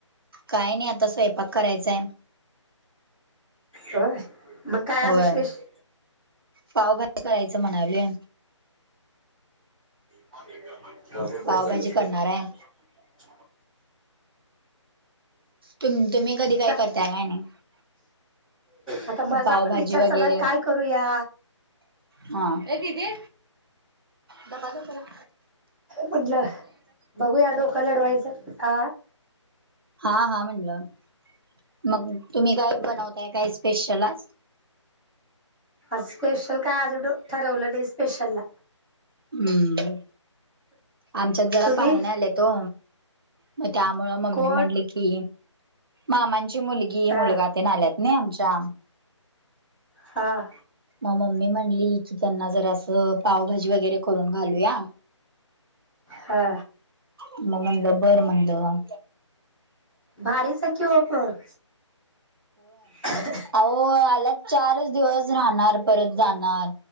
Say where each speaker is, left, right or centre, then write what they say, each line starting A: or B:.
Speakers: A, on the right; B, in the centre.
A: कायं नाहीं आता स्वयंपाक करायचाय.
B: अ <unintelligible> मग काय
A: होय
B: आज विशेष.. म
A: पावभाजी करायचं म्हणाले
B: काय चालूत
A: पावभाजी करणार आहे
B: <unintelligible> <unintelligible> हॅल
A: तुम तुम्ही कधी काय
B: का
A: करताय काय नाही
B: <unintelligible> तर माझा
A: पावभाजी
B: पण विचार
A: वगैरे
B: चालाय काय करूया.
A: हा दिदे डबा दे जरा.
B: म्हटलं बघूया डोकं लढवायचं ह.
A: हा हा म्हणलं मग तुम्ही काय बनवताय काय स्पेशलच.
B: स्पेशल काय अजून ठरवलं नाही स्पेशल ला
A: हम्मं आमच्यांत जरा
B: तुम्ही
A: पाहुूने आलेत हो. मग त्यामुळं मम्मी
B: कोण?
A: म्हटले की मामांची मुलगी
B: हा
A: मुलगा ते ना आल्यात. ना आमच्या.
B: हां
A: मग मम्मी म्हणली की त्यांना जरास. पावभाजी वगैरे करून घालूया
B: हा
A: म म्हणलं बर म्हणलं.
B: भारीच आहे की ओ मग. ह <unintelligible>
A: अह आला चारच दिवस राहणार परत जाणार.